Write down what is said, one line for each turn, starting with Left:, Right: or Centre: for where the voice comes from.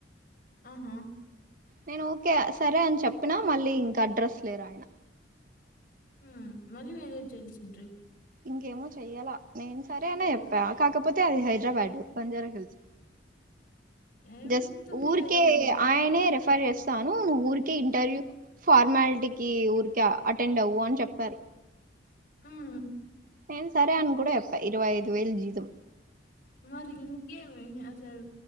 Left: ఆహా!
Right: నేను ఊరికే సరే అని చెప్పినా మళ్ళీ ఇంకా అడ్రస్ లేరు ఆయన.
Left: హు మళ్ళీ మెసేజ్ చేయాల్సింట్రి.
Right: ఇంకేమో చెయ్యలా నేను సరే అని చెప్పా కాకపోతే అది హైదరాబాదు బంజారా హిల్స్.
Left: ఏమైతుంది
Right: జస్ట్ ఊర్కే
Left: హైదరాబాద్?
Right: ఆయనే రెఫర్ చేస్తాను ఊరికే ఇంటర్వ్యూ ఫార్మాలిటీకి ఊర్కే అటెండ్ అవ్వు అని చెప్పారు.
Left: మ్ హు
Right: నేను సరే అని కూడా చెప్పా. ఇరవైఐదు వేలు జీతం
Left: మరి ఇంకేమి అసలు